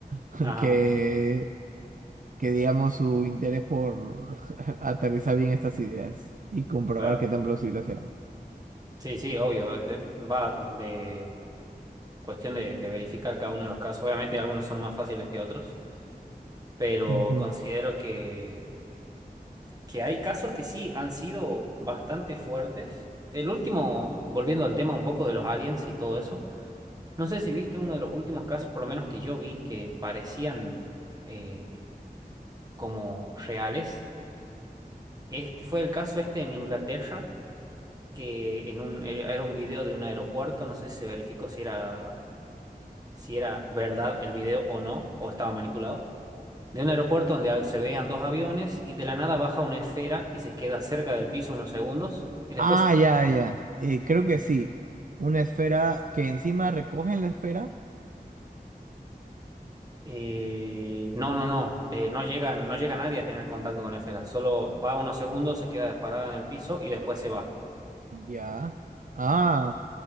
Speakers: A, on the right (about 55°); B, on the right (about 25°).
A: <laughs>
B: Ajá.
A: que, que digamos su interés por <laughs> aterrizar bien estas ideas y comprobar
B: claro.
A: qué tan plausibles eran.
B: Sí, sí, obvio. de- va de cuestión de, de verificar cada uno de los casos. Obviamente algunos son más fáciles que otros, pero
A: Ujú.
B: considero que, que hay casos que sí han sido bastante fuertes. El último, volviendo al tema un poco de los aliens y todo eso, no sé si viste uno de los últimos casos, por lo menos que yo vi, que parecían eh, como reales Este, fue el caso este en Inglaterra, que en un, era era un video de un aeropuerto, no sé si se verificó si era, si era verdad el video o no, o estaba manipulado, de un aeropuerto donde se veían dos aviones y de la nada baja una esfera y se queda cerca del piso unos segundos y después,
A: Ah, ya, ya. Eh, creo que sí. Una esfera que encima recogen la esfera.
B: eh, no, no, no, eh, no llega, no llega nadie a tener contacto con la esfera, solo va unos segundos, se queda disparada en el piso y después se va.
A: Ya. Ah,